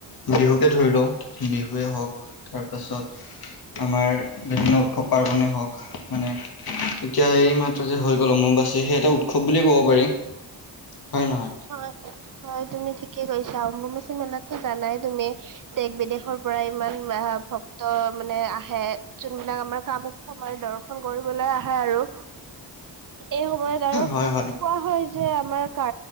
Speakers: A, on the left; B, on the right.
A: বিহুকে ধৰি লওঁ বিহুৱে হওক তাৰপাছত আমাৰ বিভিন্ন উৎসৱ পাৰ্বণেই হওক মানে এতিয়া এই মাত্ৰ যে হৈ গ'ল অম্বুবাচী সেই এটা উৎসৱ বুলিয়ে ক'ব পাৰি হয় নহয়
B: হয় হয় তুমি ঠিকে কৈছা অম্বুবাচী মেলাত জানাই তুমি দেশ বিদেশৰ পৰা ইমান আহ ভক্ত মানে আহ আহে যোনবিলাক আমাৰ কামাখ্যা মাৰ দৰ্শন কৰিবলৈ আহে আৰু এই সময়ত আৰু
A: হয় হয়
B: কোৱা হয় যে আমাৰ কা